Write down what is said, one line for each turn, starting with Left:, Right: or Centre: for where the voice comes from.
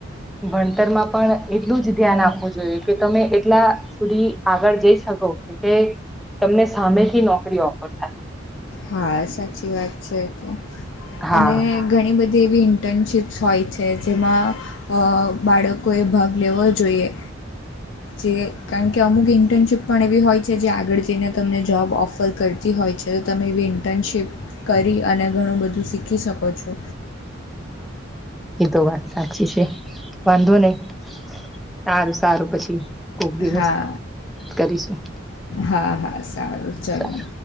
Centre: ભણતરમાં પણ એટલું જ ધ્યાન આપવું જોઈએ કે તમે એટલા સુધી આગળ જઈ શકો તમને સામેથી નોકરી ઓફર થાય.
Left: હા સાચી વાત છે તો
Centre: હા
Left: અને ઘણી બધી એવી ઇન્ટર્નશિપ્સ હોય છે. છે જેમાં અ બાળકોએ ભાગ લેવો જોઈએ. જે કારણ કે અમુક ઇન્ટર્નશીપ પણ એવી હોય છે જે આગળ જઈને તમને જોબ ઓફર કરતી હોય છે તો તમે એવી ઇન્ટર્નશીપ કરી અને ઘણું બધું શીખી શકો છો.
Centre: એતો વાત સાચી છે વાંધો નહી સારું સારું પછી. કોક દિવસ
Left: હા
Centre: વાત કરીશું
Left: હા હા સારું ચલો
Centre: સાર.